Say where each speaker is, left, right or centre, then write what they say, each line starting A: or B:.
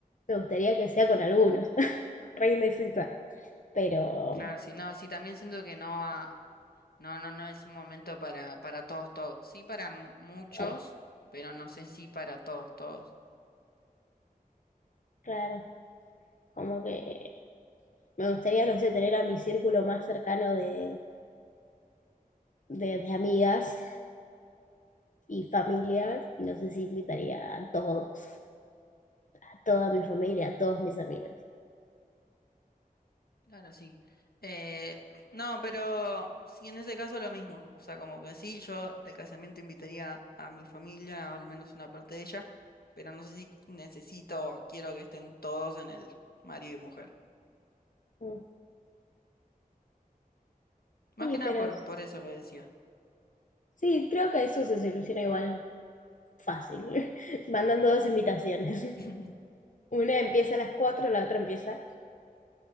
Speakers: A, on the left; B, on the left.
A: me gustaría que sea con algunos. <laughs> Re indecisa. Pero,
B: Claro, sí, no, sí, también siento que no, ah, no, no, no es un momento para, para todos, todos. Sí, para m- muchos,
A: claro,
B: pero no sé si para todos, todos.
A: claro, como que me gustaría, no sé, tener a mi círculo más cercano de, de, de amigas y familiar. y No sé si invitaría a todos, a toda mi familia, a todos mis amigos.
B: Claro, sí. Eh, <clears throat> no, pero sí, en ese caso lo mismo. O sea, como que sí, yo el casamiento invitaría a mi familia, al menos una parte de ella, pero no sé si necesito o quiero que estén todos en el marido y mujer.
A: Mm,
B: Más
A: Sí,
B: que nada
A: pero
B: por, por eso lo decía.
A: sí, creo que eso se soluciona igual fácil, <laughs> mandando dos invitaciones.
B: <laughs>
A: Una empieza a las cuatro, la otra empieza a